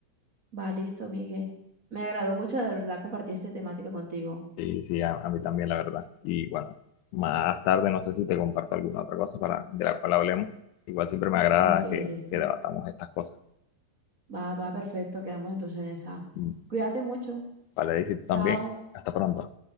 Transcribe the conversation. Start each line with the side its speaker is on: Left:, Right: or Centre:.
Right: Va, listo, Miguel. Me agradó mucho de verdad compartir este temático contigo.
Left: Sí, sí, a, a mí también, la verdad. Y bueno, más tarde no sé si te comparto alguna otra cosa para, de la cual hablemos. Igual siempre me agrada
Right: Ok,
Left: que,
Right: listo.
Left: que debatamos estas cosas.
Right: Va, va, perfecto. Quedamos entonces en esa.
Left: Mm.
Right: Cuídate mucho.
Left: Vale, y si tú también.
Right: Chao.
Left: Hasta pronto.